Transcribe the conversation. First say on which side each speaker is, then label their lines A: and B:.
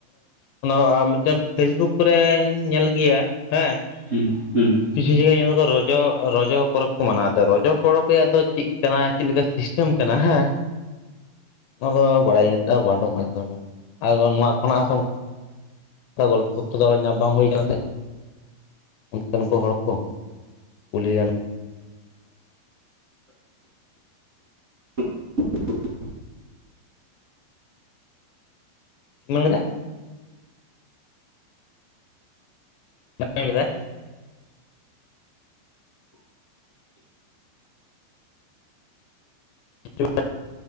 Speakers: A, on the left (about 80°); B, on the right (about 40°).
A: ᱚᱱᱟ ᱢᱤᱫᱴᱮᱱ ᱯᱷᱮᱥᱵᱩᱠ ᱠᱚᱨᱮᱧ ᱧᱮᱞ ᱜᱮᱭᱟ ᱦᱮᱸ
B: ᱦᱩᱸ ᱦᱩᱸ
A: ᱠᱤᱪᱷᱩ ᱡᱟᱭᱜᱟ ᱧᱮᱞ ᱠᱚ ᱨᱚᱡᱚ ᱨᱚᱡᱚ ᱯᱚᱨᱚᱵ ᱠᱚ ᱢᱟᱱᱟᱣ ᱮᱫᱟ ᱨᱚᱡᱚ ᱯᱚᱨᱚᱵᱽ ᱨᱮᱭᱟᱜ ᱫᱚ ᱪᱮᱫ ᱠᱟᱱᱟ ᱪᱮᱫᱞᱮᱠᱟ ᱥᱤᱥᱴᱮᱢ ᱥᱤᱥᱴᱮᱢ ᱠᱟᱱᱟ ᱦᱮᱸ ᱚᱱᱟ ᱫᱚ ᱵᱟᱲᱟᱭ ᱵᱟᱹᱱᱩᱜᱼᱟ ᱟᱫᱚ ᱱᱚᱣᱟ ᱠᱷᱚᱱᱟᱜ ᱦᱚᱸᱛᱚ ᱜᱚᱞᱯᱚ ᱠᱚᱫᱚ ᱧᱟᱢ ᱵᱟᱝ ᱦᱩᱭ ᱠᱟᱱᱟ ᱥᱮ ᱩᱱᱠᱚ ᱠᱚ ᱦᱚᱲ ᱠᱚ ᱠᱩᱞᱤ ᱜᱟᱱ
B: <unintelligible>
A: ᱪᱮᱫ ᱢᱮᱱ ᱠᱮᱫᱟ ᱵᱟᱢ ᱟᱡᱚᱢ ᱞᱮᱫᱟ <unintelligible>